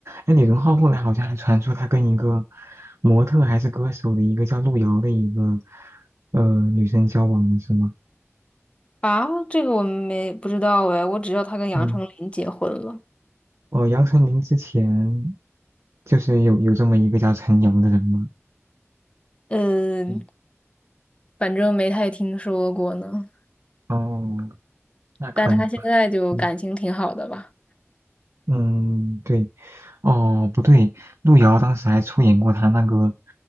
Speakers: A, on the right; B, on the left.
A: 哎，李荣浩后来好像还传出他跟一个模特还是歌手的一个叫路遥的一个呃女生交往了，是吗？
B: 啊，这个我们没不知道哎，我只知道他跟杨丞琳结婚了，
A: 嗯，哦，杨丞琳之前就是有有这么一个叫陈瑶的人吗？
B: 嗯，
A: 嗯
B: 反正没太听说过呢。
A: 哦，那可能，
B: 但他现在就感情挺好的吧？
A: 嗯，嗯对，哦，不对，路遥当时还出演过他那个，